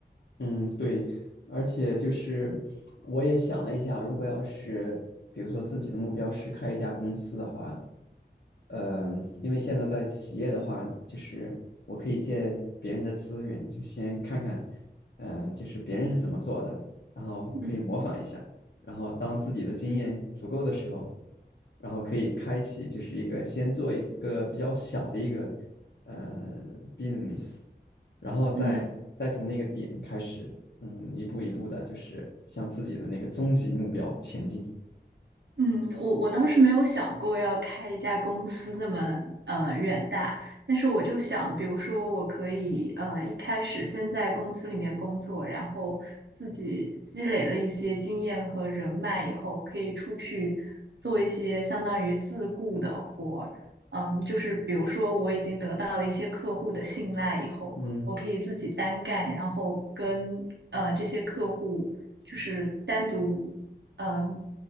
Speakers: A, on the left; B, on the right.
A: 嗯，对，而且就是我也想了一下，如果要是比如说自己的目标是开一家公司的话，嗯，因为现在在企业的话，就是我可以借别人的资源，就先看看，嗯，就是别人是怎么做的，然后可以模仿一下，
B: 嗯，
A: 然后当自己的经验足够的时候，然后可以开启就是一个先做一个比较小的一个呃 business，然后再再从那个点开始，
B: 嗯。
A: 嗯，一步一步的，就是向自己的那个终极目标前进。
B: 嗯，我我当时没有想过要开一家公司那么呃远大，但是我就想，比如说我可以呃一开始先在公司里面工作，然后自己积累了一些经验和人脉以后，可以出去做一些相当于自雇的活儿。嗯，就是比如说我已经得到了一些客户的信赖以后，
A: 嗯
B: 我可以自己单干，然后跟呃这些客户。就是单独嗯、呃